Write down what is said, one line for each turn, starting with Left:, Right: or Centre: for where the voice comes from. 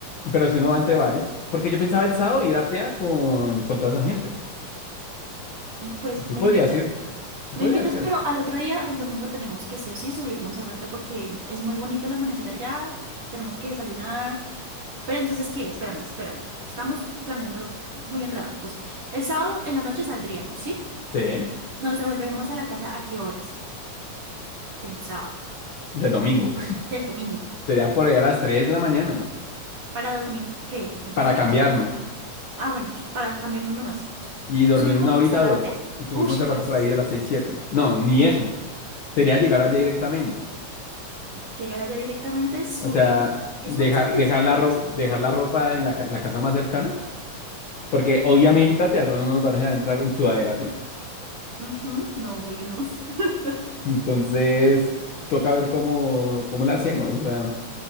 Left: pero si uno va entre varios. Porque yo pensaba el sábado ir a TEA con, con toda esa gente.
Right: Pues
Left: Tú
Right: me
Left: podrías
Right: invitas.
Left: ir. Tú
Right: Me
Left: podrías
Right: invitas,
Left: ir.
Right: pero al otro día, al domingo, tenemos que sí o sí subir Monserrate porque es muy bonito el amanecer allá, tenemos que desayunar. Pero entonces, ¿qué? Espérame, espérame. Estamos planeándolo muy enredado. Entonces, el sábado en la noche saldríamos, ¿sí?
Left: Sí,
Right: Nos devolvemos a la casa ¿a qué horas? Del sábado,
Left: del domingo.
Right: del domingo.
Left: <laughs> Sería por ahí a las 3 de la mañana.
Right: ¿Para dormir qué? ¿Dos
Left: Para
Right: horitas?
Left: cambiarnos.
Right: Ah, bueno, pues, para cambiarnos nomás.
Left: Y dormir
Right: Subimos
Left: una
Right: a
Left: horita
Right: Monserrate.
Left: o dos. Y subirnos
Right: Ush,
Left: el
Right: parce,
Left: rato por
Right: es-
Left: ahí de las 6 siete No, ni eso. Sería llegar allá directamente.
Right: llegar allá directamente, subir,
Left: O sea, dejar,
Right: que son setecientos?
Left: dejar la, ro- dejar la ropa en la, ca- en la casa más cercana. Porque obviamente a teatro no nos van a dejar entrar en sudadera, ¿sí?
Right: Ujú, No, obvio, no. <laughs>
Left: Entonces, toca ver cómo, cómo la hacemos, o sea,